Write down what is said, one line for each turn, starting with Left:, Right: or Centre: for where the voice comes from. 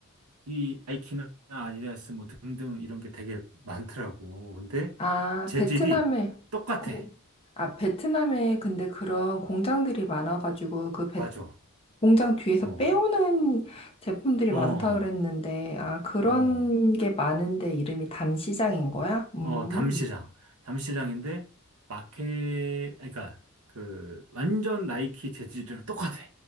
Right: 이 나이키나 아디다스 뭐 등등 이런 게 되게 많더라고. 근데,
Left: 아,
Right: 재질이
Left: 베트남에
Right: 똑같아.
Left: 공, 아, 베트남에 근데 그런 공장들이 많아가지고 그 베,
Right: 맞아.
Left: 공장 뒤에서
Right: 어,
Left: 빼오는 제품들이
Right: 어,
Left: 많다
Right: 어,
Left: 그랬는데 아, 그런
Right: 어,
Left: 게 많은데 이름이 담시장인 거야? 음.
Right: 어, 담시장. 담시장인데, 마켓, 그러니까, 그, 완전 나이키 재질이랑 똑같아.